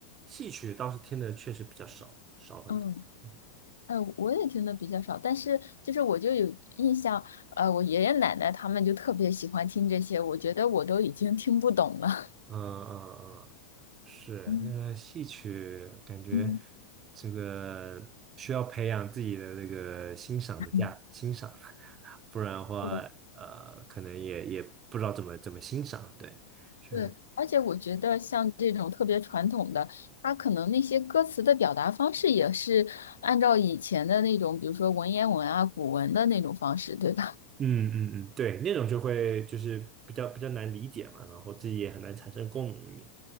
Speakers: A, on the right; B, on the left.
A: 戏曲倒是听的确实比较少，少很多。
B: <laughs> 嗯，
A: 嗯
B: 哎，我也听的比较少，但是就是我就有印象，呃，我爷爷奶奶他们就特别喜欢听这些，我觉得我都已经听不懂了。
A: 嗯嗯嗯，是那个戏曲，
B: <laughs>
A: 感觉
B: 嗯。
A: 这个需要培养自己的那个欣赏的价欣赏，
B: 嗯
A: <laughs> 不然的话，
B: 对
A: 呃，可能也也不知道怎么怎么欣赏。对，是，
B: 对，而且我觉得像这种特别传统的，它可能那些歌词的表达方式也是按照以前的那种，比如说文言文啊、古文的那种方式，对吧？
A: 嗯嗯嗯，对，那种就会就是比较比较难理解嘛，然后自己也很难产生共鸣。